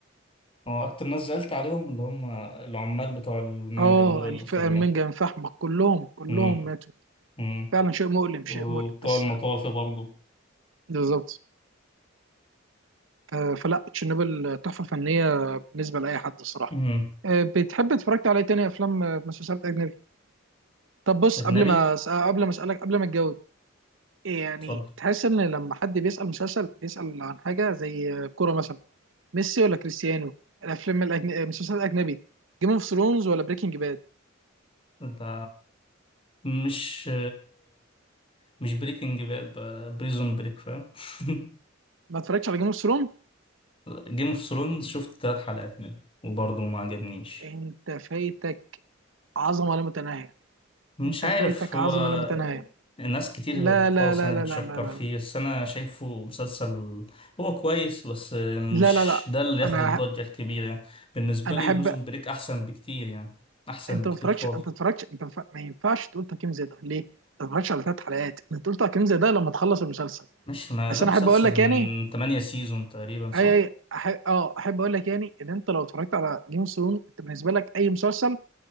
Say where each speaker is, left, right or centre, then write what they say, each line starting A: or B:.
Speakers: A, on the left (about 30°); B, on the right (about 75°).
A: هو اكتر ناس زعلت عليهم اللي هم العمال بتوع المنجم
B: اه
A: دول
B: الف-
A: اللي خدوه
B: المنجم فحمك كلهم كلهم
A: مم.
B: ماتوا
A: مم.
B: فعلا شيء مؤلم شيء
A: وبتوع
B: مؤلم بس
A: المطافي
B: آه،
A: برضه
B: بالظبط آه، فلا تشيرنوبل تحفه فنيه بالنسبه لاي حد الصراحه
A: مم.
B: آه، بتحب اتفرجت على ايه تاني افلام آه، مسلسلات اجنبي طب بص
A: اجنبي
B: قبل ما أس- قبل ما اسالك قبل ما تجاوب يعني
A: اتفضل
B: تحس ان لما حد بيسأل مسلسل بيسأل عن حاجة زي كورة مثلا ميسي ولا كريستيانو الافلام الأجن... مسلسلات الاجنبي جيم اوف ثرونز ولا بريكنج باد
A: ده مش مش بريكنج باد ده بريزون بريك فاهم <laughs>
B: ما اتفرجتش على جيم اوف ثرونز
A: جيم اوف ثرونز شفت تلات حلقات منه وبرضه ما عجبنيش
B: انت فايتك عظمة لا متناهية
A: مش
B: انت
A: عارف
B: فايتك
A: هو
B: عظمة لا متناهية
A: ناس كتير
B: لا
A: خالص
B: لا لا
A: يعني
B: لا
A: بتشكر
B: لا لا
A: فيه بس انا شايفه مسلسل هو كويس بس
B: لا
A: مش
B: لا لا لا
A: ده اللي ياخد
B: انا
A: الضجة الكبيرة يعني بالنسبة
B: انا
A: لي
B: احب
A: بريزون بريك احسن بكتير يعني احسن
B: انت
A: بكتير
B: ما اتفرجتش
A: خالص
B: انت ما اتفرجتش انت ما ما ينفعش تقول تقييم زي ده ليه؟ انت ما اتفرجتش على ثلاث حلقات انت تقول تقييم زي ده لما تخلص المسلسل
A: مش ما
B: بس
A: ده
B: انا
A: مسلسل
B: احب اقول لك
A: من
B: يعني
A: 8 سيزون تقريبا صح؟
B: اي اي أح- اه احب اقول لك يعني ان انت لو اتفرجت على جيم اوف ثرون انت بالنسبه لك اي مسلسل